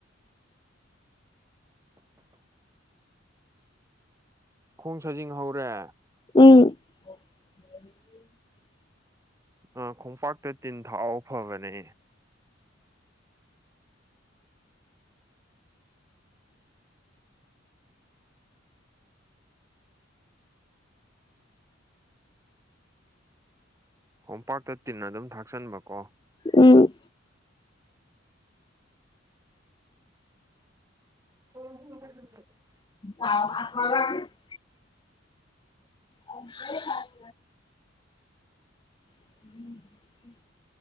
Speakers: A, on the right (about 15°); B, on the left (about 25°).
A: <inaudible> ꯈꯣꯡ ꯁꯥꯖꯤꯡ ꯍꯧꯔꯦ
B: ꯎꯝ <inaudible>
A: ꯑ ꯈꯣꯡꯄꯥꯛꯇ ꯇꯤꯟ ꯊꯥꯎ ꯐꯕꯅꯦ ꯈꯣꯡꯄꯥꯛꯇ ꯇꯤꯟꯅ ꯑꯗꯨꯝ ꯊꯥꯛꯆꯟꯕ ꯀꯣ
B: ꯎꯝ
A: <inaudible>
B: <inaudible> <inaudible> <inaudible>